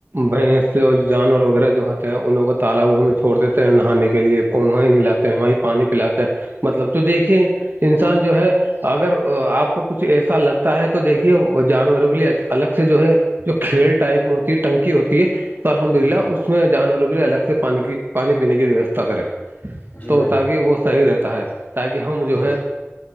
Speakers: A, on the right; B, on the left.
A: بھینس اور جانور وغیرہ جو ہوتے ہیں انہوں کو تالابو میں چھوڑ دیتے ہیں نہانے کے لیے کو وہیں نہیں لاتے ہیں وہیں پانی پلاتے ہیں مطلب تو دیکھیے انسان جو ہے اگر آپ کو کچھ ایسا لگتا ہے تو دیکھیے جانوروں کے لیے الگ سے جو ہے جو کھیل ٹائپ میں ہوتی ہے ٹنکی ہوتی ہے تو الحمد
B: جی
A: للہ
B: جی
A: اس میں جانوروں کے الگ سے پانی کی پانی پینے کی ویوستھا کریں
B: جی
A: تو
B: بھائی جان
A: تاکہ وہ صحیح رہتا ہے تاکہ ہم جو
B: جی
A: ہے